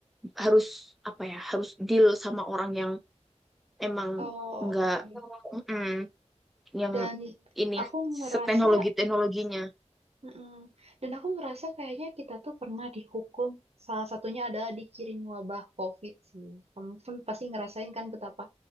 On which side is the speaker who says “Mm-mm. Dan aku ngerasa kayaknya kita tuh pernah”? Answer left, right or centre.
Right